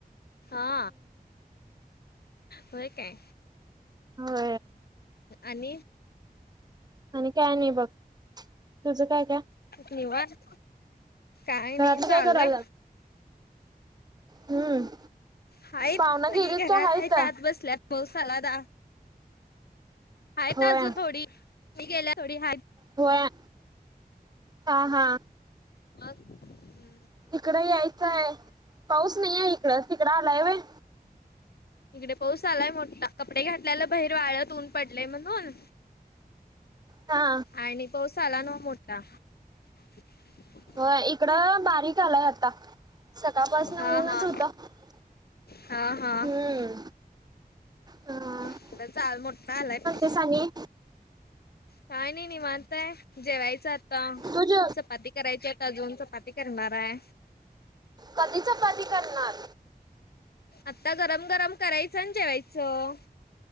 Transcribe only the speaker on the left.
हा. होय काय
आणि
निवांत काय
नाही चालू
आहे
हाय
सगळी
घरात
आहेत आत बसल्यात पाऊसाला द आहेताच
अजून थोडी थोडी गेल्या थोडी हाय
मग हम्म
इकडे पाऊस आलाय मोठा कपडे घातल्याला बाहीर वाळत ऊन पडलेय म्हणून
आणि पावसाला न मोठा <inaudible>
हा
हा
हा हा
<unintelligible> चाल मोठा आलाय पाऊस.
काय नाही निवांत हाय जेवायचं आता
चपाती करायची आता अजून चपाती करणाराय
आता गरम गरम करायचं अन् जेवायचं